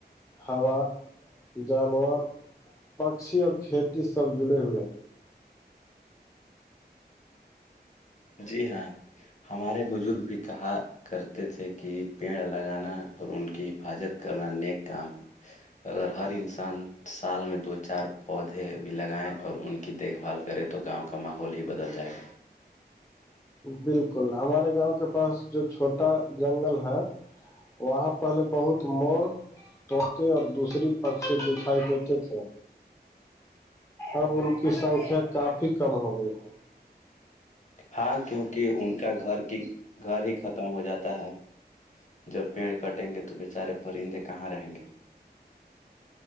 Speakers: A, on the left (about 15°); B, on the left (about 45°).
A: ہوا جانور پکشی اور کھیتی سب جڑے ہوئے
B: جی ہاں ہمارے بزرگ بھی کہا کرتے تھے کہ پیڑ لگانا اور ان کی حفاظت کرنا نیک کام ہے اگر ہر انسان سال میں دو چار پودے بھی لگائےیں اور ان کے کی دیکھ بھال کرے تو گاؤں کا ماحول ہی بدل جائے گا
A: بالکل ہمارے گاؤں کے پاس جو چھوٹا جنگل ہے وہاں پہلے بہت مور توتے اور دوسری پک سے دکھائی دیتے تھے اب ان کی سنکھیا کافی کم ہو گئی ہے
B: ہاں کیونکہ ان کا گھر کی گھر ہی ختم ہو جاتا ہے جب پیڑ کٹیں گے تو بیچارے پرندے کہاں رہیں گے